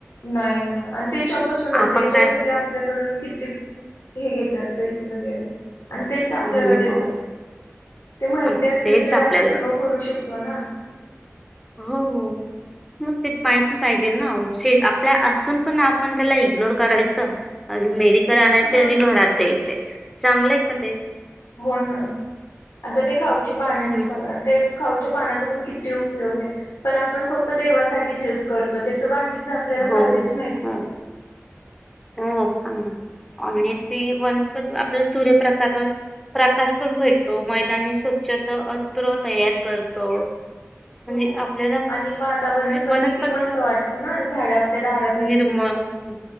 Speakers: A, on the left (about 80°); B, in the centre.
A: नाही ना आणि त्याच्यापासूनच
B: आपण
A: त्याच्यासाठी
B: काय
A: आपल्याकडून किती हे घेतात पैसे वगैरे आणि
B: हा,
A: तेच आपल्याला
B: आणि
A: देतात
B: मग
A: ते माहिती
B: आणि
A: असेल
B: तेच
A: तर
B: आपल्याला
A: आपण सगळं करू शकतो होोणा
B: हो मग ते माहिती पाहिजे ना आपल्या असून पण आपण त्याला इग्नोर करायचं आणि मेड तर आणायचे
A: हा
B: आणि घरात द्यायचे चांगलंय का ते
A: हो ना आता ते खाऊची पानच
B: हं.
A: बघ ते पाण किती उपयोग पण आपण फक्त देवा य करतो त्या आपल्याला
B: हो
A: फायदेच माहत
B: हो
A: नाही
B: हो हां आणि ती वनस्पती आपल्या सूर्यप्रकार प्रकाश पण भेटतो मैदानी स्वच्छता अत्र तयार करतो म्हणजे
A: हो
B: आपल्याला
A: आणि वातावरण
B: म्हणजे
A: पण
B: वनस्पती
A: किती मस्त वाटतं ना झाड आपल्या दारात असली
B: निर्मळ
A: की
B: हं.